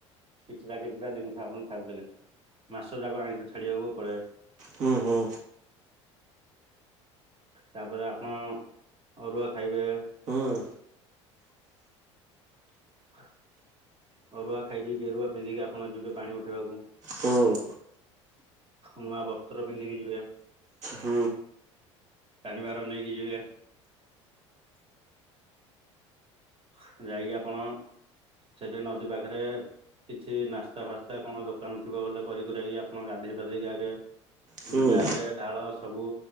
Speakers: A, on the right; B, on the right.
A: କିଛିଟା କିଛିଟା ଜିନିଷ ଆପଣ ଛାଡିଦେଲେ। ମାସ ଯାକ ଆଇଁଷ ଛାଡିବାକୁ ପଡେ।
B: ହୁଁ ହୁଁ।
A: ତାପରେ ଆପଣ ଅରୁଆ ଖାଇବେ।
B: ହଁ।
A: <unintelligible> ଅରୁଆ ଖାଇକି ଗେରୁଆ ପିନ୍ଧିକି। ଆପଣ ଯିବେ ପାଣି ଉଠେଇବାକୁ।
B: ହୁଁ।
A: ନୂଆ ବସ୍ତ୍ର ପିନ୍ଧିକି ଯିବେ।
B: ହୁଁ
A: ପାଣିିଭାର ନେଇକି ଯିବେ। <unintelligible> ଯାଇକି ଆପଣ ସେଠି ନଦୀ ପାଖରେ କିଛି ନାସ୍ତା ଫାସ୍ତା କଣ ଦୋକାନ ଥିବ ବୋଲେ କରି କୁରାକି ଆପଣ ଗାଧେଇ ପାଧେଇକି ଆଗେ
B: ହୁଁ
A: ଯିବେ ଆଗେ ଢାଳ ସବୁ